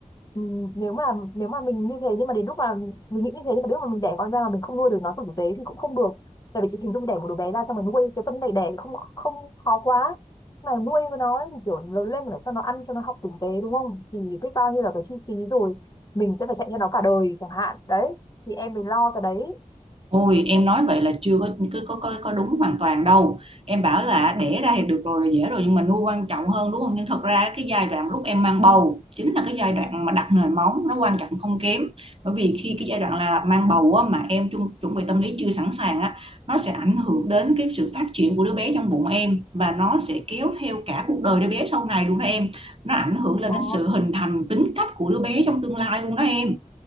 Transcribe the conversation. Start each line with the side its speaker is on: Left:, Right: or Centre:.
Left: ừm, nếu mà nếu mà mình như thế nhưng mà đến lúc mà mình nghĩ như thế nhưng mà đến lúc mà mình đẻ con ra mà mình không nuôi được nó tử tế thì cũng không được tại vì chị hình dung đẻ một đứa bé ra xong rồi nuôi cái phân này đẻ không không khó quá mà nuôi với nó ấy thì kiểu lớn lên phải cho nó ăn cho nó học tử tế đúng không thì biết bao nhiêu là cái chi phí rồi mình sẽ phải chạy theo nó cả đời chẳng hạn đấy thì em phải lo cái đấy
Right: Ôi em nói vậy là chưa có cứ có, có có đúng hoàn toàn đâu em bảo là đẻ ra thì được rồi là dễ rồi nhưng mà nuôi quan trọng hơn đúng không nhưng thật ra cái giai đoạn lúc em mang bầu chính là cái giai đoạn mà đặt nồi móng nó quan trọng không kém bởi vì khi cái giai đoạn là mang bầu á, mà em chuẩn, chuẩn bị tâm lý chưa sẵn sàng á nó sẽ ảnh hưởng đến cái sự phát triển của đứa bé trong bụng em và nó sẽ kéo theo cả cuộc đời đứa bé sau này luôn đó em nó ảnh hưởng lên
Left: Ồ
Right: đến sự hình thành tính cách của đứa bé trong tương lai luôn đó em